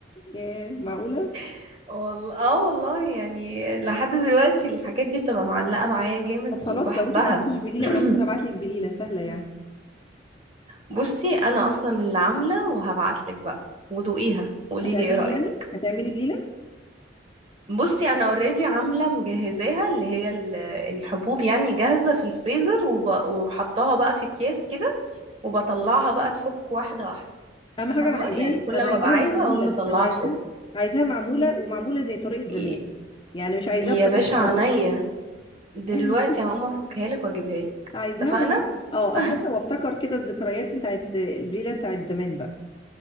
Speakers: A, on the left; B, on the right.
A: ياه معقوله
B: <laughs> والله اه والله يعني لحد دلوقتي الحاجات دي بتبقى معلقة معايا جامد
A: طب خلاص
B: وبحبها
A: لو انتوا ما عندكيش بليله
B: <clears throat>
A: انا ممكن ابعت لك بليله سهله يعني
B: بصي انا اصلا اللي عاملة وهبعتلك بقى ودوقيها وقولي
A: هتعملي
B: لي ايه رأيك
A: يعني هتعملي بليله
B: بصي انا اوريدي عاملة مجهزاها اللي هي ال- الحبوب يعني جاهزة في الفريزر وب... وحطاها بقى في اكياس كده وبطلعها بقى تفك واحدة واحدة
A: اهم حاجه
B: فاهمة
A: انا عايزاها
B: يعني كل
A: انا عايزاها
B: ما ابقى عايزة
A: معموله
B: اقوم مطلعها
A: انا عايزاها عايزاها معموله ومعموله زي طريقه زمان
B: تفك
A: يعني مش عايزاها
B: يا
A: بطريقه
B: باشا
A: دلوقتي
B: عينيا دلوقتي
A: <laughs>
B: هقوم افكها لك واجيبها لك
A: عايزاها
B: اتفقنا
A: عشان اه
B: <laughs>
A: اكون وافتكر كده الذكريات بتاعت الليله بتاعت زمان بقى